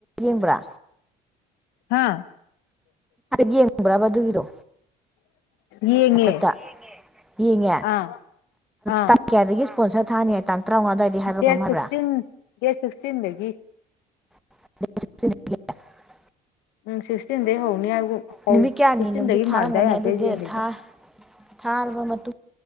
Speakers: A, in the centre; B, on the left (about 80°).
A: ꯌꯦꯡꯕ꯭ꯔꯥ
B: ꯍꯥꯥ
A: ꯌꯦꯡꯕꯔ꯭ ꯕ ꯑꯗꯨꯒꯤꯗꯣ
B: ꯌꯦꯡꯉꯦ
A: ꯋꯥꯆꯦꯞꯇ ꯌꯦꯡꯉꯦ
B: ꯑꯥ ꯑꯥ
A: ꯇꯥꯡ ꯀꯌꯥꯗꯒꯤ ꯏꯁꯄꯣꯟꯁꯔ ꯊꯥꯅꯤ ꯇꯥꯡ ꯇꯔꯥꯃꯉꯥ ꯑꯗꯨꯋꯥꯏꯗ ꯍꯥꯏꯕꯔ
B: ꯗꯦꯠ
A: ꯀꯩꯅꯣꯝ
B: ꯁꯤꯛꯁꯇꯤꯟ
A: ꯍꯥꯏꯕ꯭ꯔꯥ
B: ꯗꯦꯠ ꯁꯤꯛꯁꯇꯤꯟꯗꯒꯤ
A: <unintelligible>
B: ꯎꯝ ꯁꯤꯁꯇꯤꯟ ꯗꯒꯤ ꯍꯧꯅꯤ ꯍꯥꯏꯒꯨꯝ ꯍꯧ
A: ꯅꯨꯃꯤꯠ ꯀꯌꯥꯅꯣꯝꯅꯤꯗꯤ
B: ꯁꯤꯛꯁꯇꯤꯟꯗꯒꯤ ꯃꯥꯜꯂꯤꯗ
A: ꯊꯥꯔꯝꯃꯅꯤ
B: ꯑꯩ ꯍꯥꯏꯐꯦꯠ
A: ꯑꯗꯨ ꯗꯦꯠ
B: ꯌꯦꯡꯒꯤꯕꯗ
A: ꯊꯥ ꯥꯊꯥꯔꯕ ꯃꯇꯨꯡ